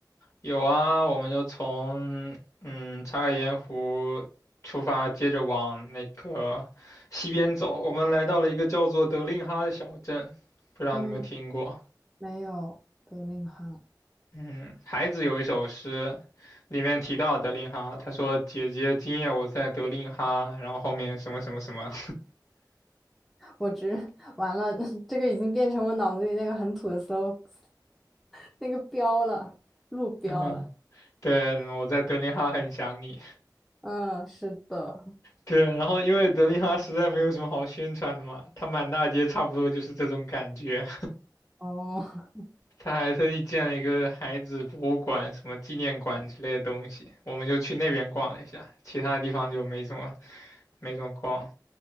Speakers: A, on the left; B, in the centre.
A: 有啊，我们就从嗯查卡盐湖出发，接着往那个西边走。我们来到了一个叫做德令哈的小镇，不知道你有没有听过？
B: 嗯，没有那个哈，
A: 嗯，孩子有一首诗，里面提到德令哈，他说：“姐姐，今夜我在德令哈。”然后后面什么什么什么，
B: 我只 <laughs> 完了，<laughs> 这个已经变成我脑子里那个很土的 slogan <laughs> 那个标了，路标了。
A: <laughs> 嗯，对，我在德令哈很想你。
B: 嗯，是的。
A: 对，然后因为德令哈实在没有什么好宣传的嘛，它满大街差不多就是这种感觉。
B: 哦，
A: 他还特意建了一个孩子博物馆、什么纪念馆之类的东西，我们就去那边逛了一下，其他地方就没怎么没怎么逛。